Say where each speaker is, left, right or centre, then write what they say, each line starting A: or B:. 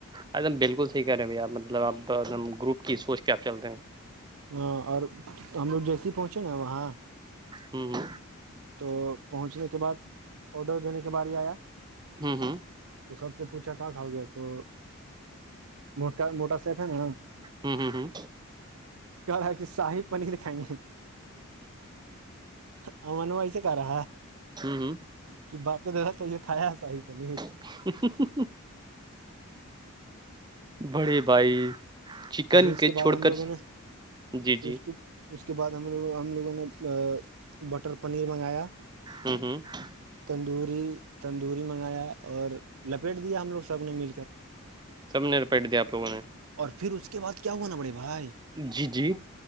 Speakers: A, on the right (about 20°); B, on the right (about 75°).
A: ایک دم بالکل صحیح کر رہے ہیں بھیا مطلب آپ ایکم گروپ کی سوچ کیا آپ چلتے ہیں
B: ہاں اور ہم لوگ جیس پہنچے نا وہاں
A: ہوں ہ
B: تو پہنچنے کے بعد آڈر دینے کے بار ہی آیا
A: ہوں ہوں
B: تو سب سے پوچھا کہ کھاؤ گے تو م موٹر سیف ہے نا
A: ہوں ہ ہوں
B: ک کہ شاہی پنیر کھائیں گے ہ من وائ سے کارا
A: ہوں ہوں
B: کہ باپے دادا ص یہ کھیا صا ہی پنیر
A: <inaudible> بڑی بھائی چکن
B: تو پھر اس کے بعد
A: چھوڑ
B: ہم
A: کر
B: لوگوں نےھر
A: جی جی
B: اس کی اس کے بعد ہم لوگ ہم لوگوں نے بٹر پنیر منگایا
A: ہ ہ <unintelligible>
B: تندوری تندوری منگایا اور لپیٹ دیا ہم لوگ سب نے مل کر
A: سب نے رپیٹ دیا آپ لوگوں نے
B: اور پھر اس کے بعد کیا ہوا نا بڑے بھائی
A: جی جی